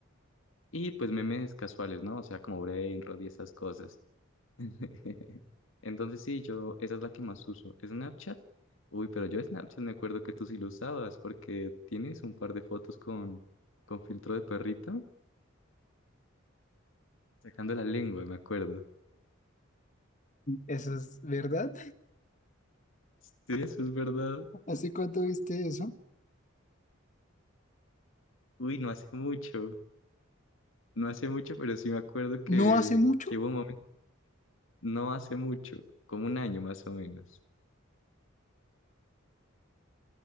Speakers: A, on the left; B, on the left.
A: y pues memes casuales, ¿no? O sea, como Brainrot y esas cosas. <laughs> Entonces sí, yo, esa es la que más uso. Snapchat. Uy, pero yo Snapchat me acuerdo que tú sí lo usabas porque tienes un par de fotos con, con filtro de perrito sacando la lengua, me acuerdo.
B: ¿Eso es verdad?
A: Sí, eso es verdad.
B: <laughs> ¿Hace cuánto viste eso?
A: Uy, no hace mucho. No hace mucho, pero sí me acuerdo que,
B: No hace mucho.
A: que hubo un momento, no hace mucho, como un año más o menos.